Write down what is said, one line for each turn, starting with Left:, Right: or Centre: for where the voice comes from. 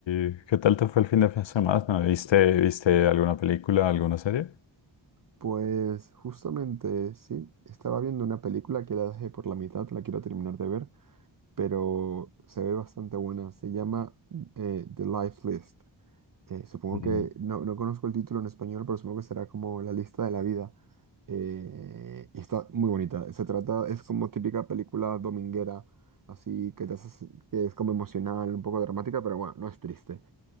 Left: y qué tal te fue el fin de semana? ¿Viste, viste alguna película, alguna serie?
Right: Pues justamente sí, estaba viendo una película que la dejé por la mitad, la quiero terminar de ver, pero se ve bastante buena. Se llama eh, The Life List. Eh, supongo
Left: Mm,
Right: que no, no conozco el título en español, pero supongo que será como La lista de la vida. Eh, y está muy bonita. Se trata, es como típica película dominguera, así que te hace- que es como emocional, un poco dramática, pero bueno, no es triste.